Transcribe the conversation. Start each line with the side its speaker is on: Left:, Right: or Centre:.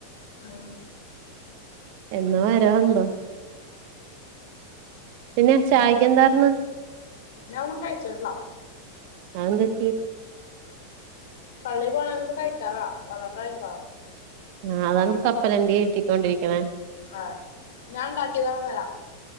Left: ഉം
Right: എന്ന് വരു എന്തോ പിന്നെ ചായക്കെന്താര്ന്ന്
Left: ഞാൻ ഒന്നും കഴിച്ചിട്ടില്ല
Right: അഹെന്തറ്റി?
Left: പള്ളി പോണേന് മുമ്പ് കഴിക്കാറില്ല വന്ന്ട്ടാ കഴിക്കാറ്
Right: ആ അതാണ് കപ്പലണ്ടി കേറ്റിക്കൊണ്ടിരിക്ക്ണെ
Left: ആഹ് ഞാൻ ഇണ്ടാക്കിയതാണ് ഇന്നലെ